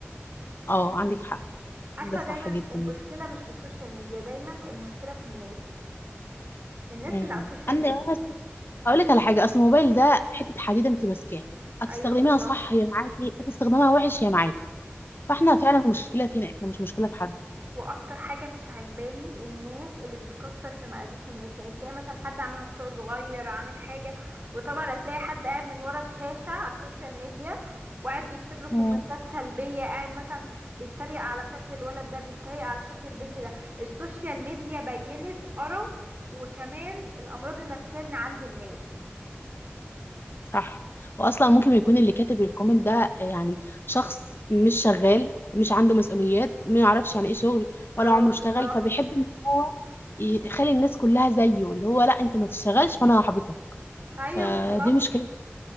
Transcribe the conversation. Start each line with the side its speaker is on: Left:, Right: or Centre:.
Left: أه عندك حق
Right: عارفه
Left: ده صح
Right: دايما
Left: جدا
Right: المشكله
Left: يعني
Right: مش في السوشيال ميديا دايما المشكله في الناس الناس
Left: امم
Right: اللي على السوشيال
Left: أنا
Right: ميديا
Left: أقول لك على حاجة أصل الموبايل ده حتة حديدة أنت ماسكاها هتستخدميها
Right: ايوه بالظبط
Left: صح هي معاكي هتستخدمها وحش هي معاكي فإحنا فعلا المشكلة فينا إحنا مش مشكلة في حد
Right: واكتر حاجه مش عجباني الناس اللي بتكسر في مقاديف الناس يعني تلاقي مثلا حد عامل مشروع صغير عامل حاجه وطبعا هتلاقي حد قاعد من ورا الشاشه على السوشيال ميديا وقاعد بيكتب له كومنتات
Left: مم.
Right: سلبيه قاعد مثلا بيتريق على شكل الولد ده بيتريق على شكل البنت ده السوشيال ميديا بينت قرف وكمان الامراض النفسيه اللي عند الناس
Left: صح واصلا ممكن يكون اللي كاتب الكومنت ده آه، يعني شخص مش شغال مش عنده مسؤوليات ما يعرفش يعني ايه شغل ولا
Right: اه
Left: عمره
Right: بالظبط
Left: اشتغل فبيحب ان هو يخلي الناس كلها زيه اللي هو لا انت ما تشتغلش فانا هحبطك
Right: ايوه
Left: فدي
Right: بالظبط
Left: مشكلة